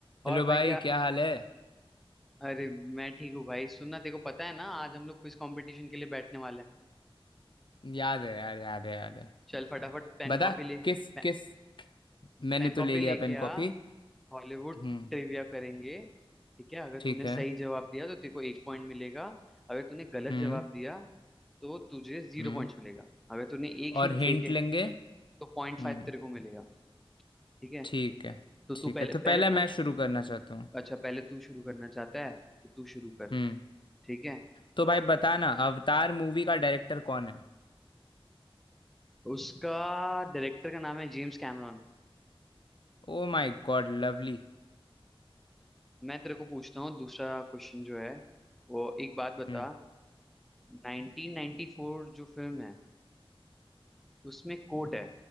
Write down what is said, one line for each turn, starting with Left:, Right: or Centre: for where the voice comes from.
Left: Hello
Centre: और भाई
Left: भाई
Centre: क्या
Left: क्या हाल है
Centre: अरे मैं ठीक हूँ भाई सुनना देखो पता है ना आज हम लोग क्विज कंपटीशन के लिए बैठने वाले हैं
Left: याद है यार याद है याद है
Centre: चल फटाफट पेन
Left: बता
Centre: कॉपी ले
Left: किस
Centre: पे,
Left: किस मैंने
Centre: पेन
Left: तो
Centre: कॉपी
Left: ले लिया
Centre: लेके
Left: पेन
Centre: आ
Left: कॉपी
Centre: हॉलीवुड
Left: हम्म
Centre: ट्रिविया करेंगे ठीक है अगर
Left: ठीक
Centre: तूने
Left: है
Centre: सही जवाब दिया तो तेरे को एक पॉइंट मिलेगा अगर तूने गलत
Left: हम्म
Centre: जवाब दिया तो तुझे जीरो
Left: हम्म
Centre: पॉइंट्स मिलेगा अगर तूने एक
Left: और
Centre: हिंट
Left: हिंट
Centre: लेके
Left: लेंगे
Centre: तो पॉइंट
Left: हम्म
Centre: फाइव तेरे को मिलेगा ठीक है
Left: ठीक है
Centre: तो
Left: ठीक
Centre: तू पहले
Left: है तो पहले
Centre: पहले
Left: मैं
Centre: तू
Left: शुरू करना चाहता हूँ
Centre: अच्छा पहले तू शुरू करना चाहता है तो तू शुरू कर
Left: हम्म
Centre: ठीक है
Left: तो भाई बताना अवतार मूवी का डायरेक्टर कौन है
Centre: उसका डायरेक्टर का नाम है जेम्स कैमरॉन
Left: Oh my god lovely
Centre: मैं तेरे को पूछता हूँ दूसरा क्वेश्चन जो है वो एक बात बता
Left: Hmm
Centre: 1994 जो फिल्म है उसमें कोट है